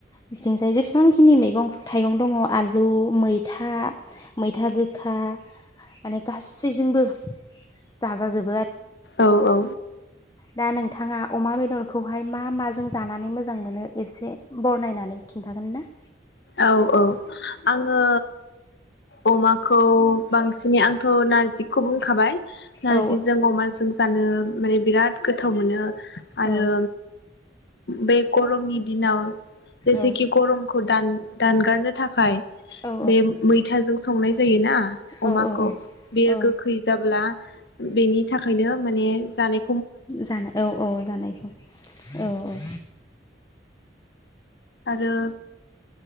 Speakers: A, on the left; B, on the left.
A: बिथिंजाय जेसेबांखिनि मैगं थाइगं दङ आलु मैथा मैथा गो खा माने गासैजोंबो जाजाजोब
B: औ औ।
A: दा नोंथाङा अमा बेदरखौहाय मा मा ज जों जानानै मोजां मोनो एसे बर नायनानै खिन्थागोन ना?
B: औ औ आङो अमाखौ बांसिनै आंथ' नारजि खौ बुंखाबाय। नारजिजों
A: औ
B: अमाजों जानो माने बिराद गोथाव मोनो। आरो
A: औ
B: बे गरमनि दिनाव जेसेखि
A: औ
B: गरमखौ दान दानगारनो थाखाय
A: औ
B: बे मैथाजों संनाय जायोना
A: औ
B: अमाखौ बेयो
A: औ
B: गोखै जाब्ला बेनि नि थाखायनो माने जानाय
A: जानाय औ औ जानायखौ औ औ।
B: आरो